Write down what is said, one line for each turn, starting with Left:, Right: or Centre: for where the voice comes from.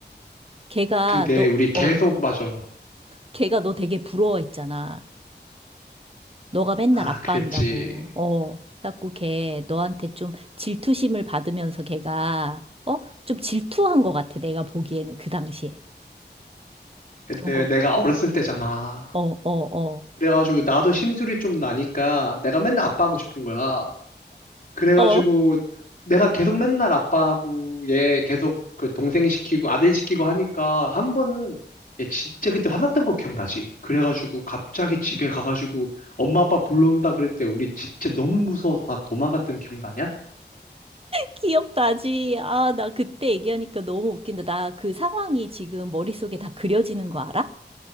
Right: 걔가
Left: 근데
Right: 너,
Left: 우리 계속
Right: 어,
Left: 맞아.
Right: 걔가 너 되게 부러워했잖아. 너가 맨날
Left: 아,
Right: 아빠
Left: 그랬지.
Right: 한다고. 어. 그래갖고 걔 너한테 좀 질투심을 받으면서 걔가, 어? 좀 질투한 것 같아. 내가 보기에는 그 당시에.
Left: 근데
Right: 그런 거,
Left: 내가 어렸을 때잖아.
Right: 어, 어, 어,
Left: 그래가지고 나도 심술이 좀 나니까 내가 맨날 아빠 하고 싶은 거야. 그래가지고
Right: 어.
Left: 내가 계속 맨날 아빠하고 얘 계속 그 동생 시키고 아들 시키고 하니까 한 번은 얘 진짜 그때 화났던 거 기억나지? 그래가지고 갑자기 집에 가가지고 엄마 아빠 불러온다 그랬대. 우리 진짜 너무 무서워서 다 도망갔던 기억나냐?
Right: 기억나지? 아, 나 그때 얘기하니까 너무 웃긴다. 나 그 상황이 지금 머릿속에 다 그려지는 거 알아?